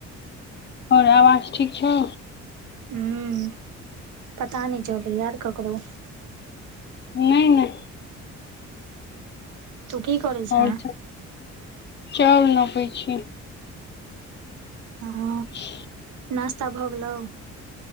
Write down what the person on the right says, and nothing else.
हूँ पता नई चलई यार ककरो।
तू की करई छैं।
ह ह।
नास्ता भऽ गेलउ।